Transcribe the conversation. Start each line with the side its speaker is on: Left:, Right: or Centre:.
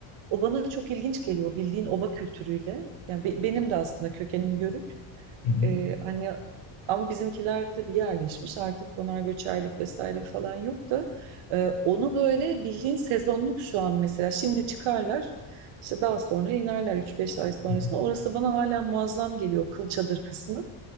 Right: O bana çok ilginç geliyor bildiğin oba kültürüyle. Yani be- benim de aslında kökenim Yörük.
Left: Hı hı.
Right: Ee, hani ama bizimkiler tabii yerleşmiş artık konar göçerlik vesaire falan yok da e, onu böyle bildiğin sezonluk şu an mesela şimdi çıkarlar işte daha sonra inerler üç beş ay sonrasında
Left: Hı hı.
Right: orası bana hala muazzam geliyor Kılçadır kısmı